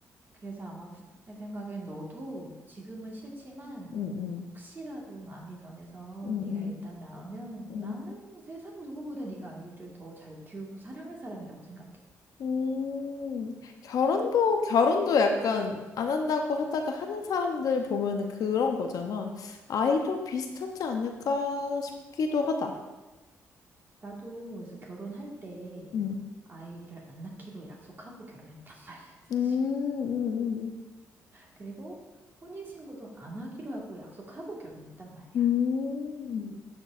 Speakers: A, on the right (about 35°); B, on the left (about 70°).
A: 그래서 아마 내 생각엔 너도 지금은 싫지만
B: 응응
A: 혹시라도 마음이 변해서
B: 응응
A: 네가 일단 낳으면
B: 응.
A: 나는 세상 누구보다 네가 아이를 더 잘 키우고 사랑할 사람이라고 생각해.
B: 음. 결혼도 결혼도 약간 안 한다고 하다가 하는 사람들 보면은 그런 거잖아. 아이도 비슷하지 않을까 싶기도 하다.
A: 나도 그래서 결혼할 때
B: 음.
A: 아이를 안 낳기로 약속하고 결혼했단 <laughs> 말이야, 사실.
B: 음. 음.
A: 그리고 혼인신고도 안 하기로 하고 약속하고 결혼했단 말이야.
B: 음. 음.